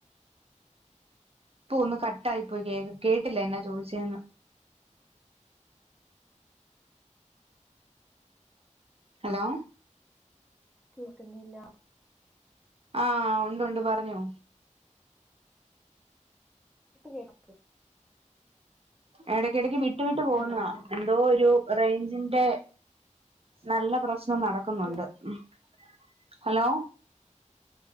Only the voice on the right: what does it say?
ഇപ്പൊ ഒന്ന് കട്ടായിപ്പോയി കേ കേട്ടില്ല എന്നാ ചോദിച്ചെന്ന്. ഹലോ?
ആഹ് ഉണ്ട് ഉണ്ട് പറഞ്ഞോ?
എടെക്കി എടക്കി വിട്ടു വിട്ട് പോവുന്നാ
എന്തോ ഒരു റേഞ്ചിന്റെ നല്ല പ്രശ്നം നടക്കുന്നുണ്ട്
ഉം. ഹലോ?